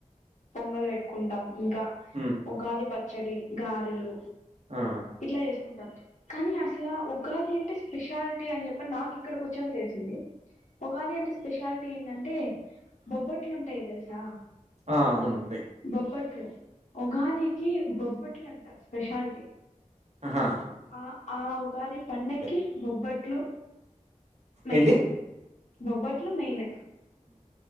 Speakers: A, on the left (about 65°); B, on the right (about 55°).
A: పొంగలు పెట్టుకుంటాం ఇంకా
B: హ్మ్.
A: ఉగాది పచ్చడి గారెలు
B: ఆ!
A: ఇట్లా చేసుకుంటాను కానీ అసలా ఉగాది అంటే స్పెషాలిటీ అని చెప్పి నాకు ఇక్కడికి వచ్చాక తెలిసింది ఉగాది అంటే స్పెషాలిటీ ఏంటంటే బొబ్బట్లు ఉంటాయి తెలుసా
B: అవునుండి
A: బొబ్బట్లు ఉగాదికి బొబ్బట్లు అంటారు స్పెషాలిటీ
B: ఆహా!
A: ఆ ఆ ఉగాది పండక్కి
B: ఓకే.
A: బొబ్బట్లు మెయిన్
B: ఏంటి?
A: బొబ్బట్లు మెయిన్